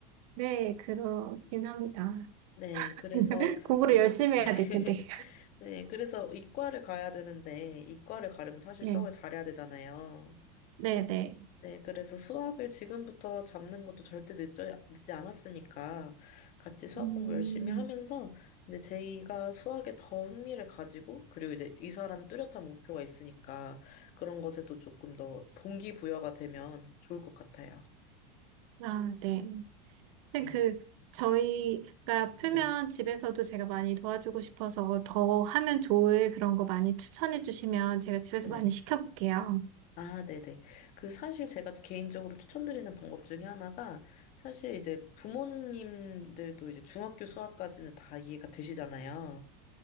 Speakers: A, on the right (about 60°); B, on the left (about 40°).
A: 네, 그렇긴 합니다. <laughs>
B: 네, 그래서
A: 공부를
B: 이
A: 열심히
B: <laughs>
A: 해야 될 텐데.
B: 네, 그래서 이과를 가야 되는데 이과를 가려면 사실
A: 예.
B: 수학을 잘해야 되잖아요.
A: 네네.
B: 네, 그래서 수학을 지금부터 잡는 것도 절대 늦지, 늦지 않았으니까 같이 수학
A: 음,
B: 공부 열심히 하면서 이제 제이가 수학에 더 흥미를 가지고 그리고 이제 이사라는 뚜렷한 목표가 있으니까 그런 것에도 조금 더 동기부여가 되면 좋을 것 같아요.
A: 아, 네. 선생님,
B: 네.
A: 그, 저희가 풀면
B: 네네.
A: 집에서도 제가 많이 도와주고 싶어서 더 하면 좋을 그런 거 많이 추천해 주시면 제가 집에서
B: 네네.
A: 많이 시켜볼게요.
B: 아, 네네. 그 사실 제가 개인적으로 추천드리는 방법 중에 하나가 사실 이제 부모님들도 이제 중학교 수학까지는 다 이해가 되시잖아요.